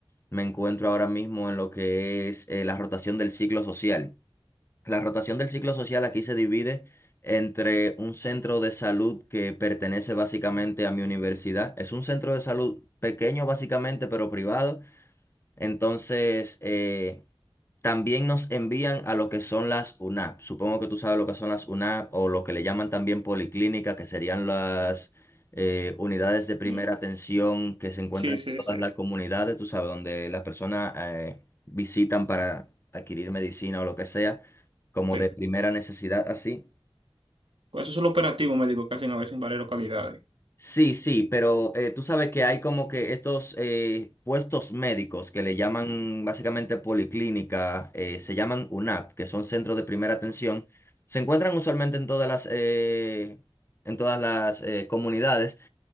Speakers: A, on the left; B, on the right.
A: Me encuentro ahora mismo en lo que es eh, la rotación del ciclo social. La rotación del ciclo social aquí se divide entre un centro de salud que pertenece básicamente a mi universidad. Es un centro de salud pequeño básicamente, pero privado. Entonces, eh, también nos envían a lo que son las UNAP. Supongo que tú sabes lo que son las UNAP o lo que le llaman también policlínica, que serían las eh, unidades de primera
B: Ya.
A: atención que se encuentran
B: Sí, sí,
A: en todas
B: sí,
A: las comunidades, tú sabes, donde las personas eh, visitan para adquirir medicina o lo que sea, como
B: sí.
A: de primera necesidad, así.
B: Pues eso es lo operativo médico que hacen a veces en varias localidades.
A: Sí, sí, pero eh, tú sabes que hay como que estos eh, puestos médicos que le llaman básicamente policlínica, eh, se llaman UNAP, que son centros de primera atención, se encuentran usualmente en todas las, eh, en todas las eh, comunidades.